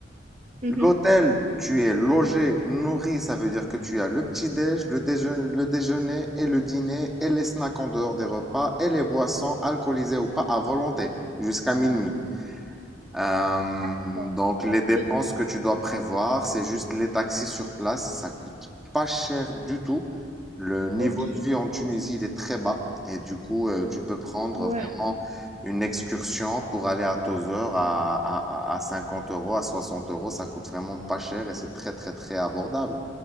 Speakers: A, on the right; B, in the centre.
A: Mhm.
B: l'hôtel, tu es logé, nourri, ça veut dire que tu as le petit-déj, le déjeuner, le déjeuner et le dîner et les snacks en dehors des repas et les boissons alcoolisées ou pas à volonté jusqu'à minuit. Euh,
A: D'accord.
B: donc les dépenses
A: Donc,
B: que tu dois prévoir, c'est juste les taxis sur place. Ça coûte pas cher du tout. Le niveau
A: Ok,
B: de vie en Tunisie, il est très bas. Et du coup, euh, tu peux prendre
A: ouais.
B: vraiment une excursion pour aller à Tozeur à, à, à à 50 euros, à 60 euros. Ça coûte vraiment pas cher et c'est très, très, très abordable.